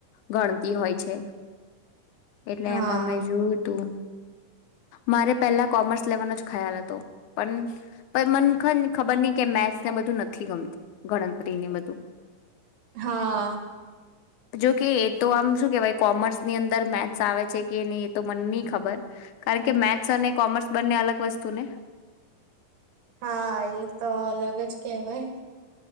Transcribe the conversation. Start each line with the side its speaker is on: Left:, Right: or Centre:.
Left: ગણતી હોય છે. એટલે
Right: હા
Left: એમાં મેં જોયું તું મારે પેલા કોમર્સ લેવાનો જ ખ્યાલ હતો પણ મન ખબર નહ કે મેથસ ને બધું નથી ગમતું ગણતરી ને. બધું
Right: હા
Left: જોકે એ તો આમ શું કેહેવાય કોમર્સ ની અંદર મેથ્સ આવે છે, કે નહી એ તો મને નહી ખબર કારણ કે મેથ્સ અને કોમર્સ બંને અલગ વસ્તુ ને
Right: હા એ તો અલગ જ કેહેવાય.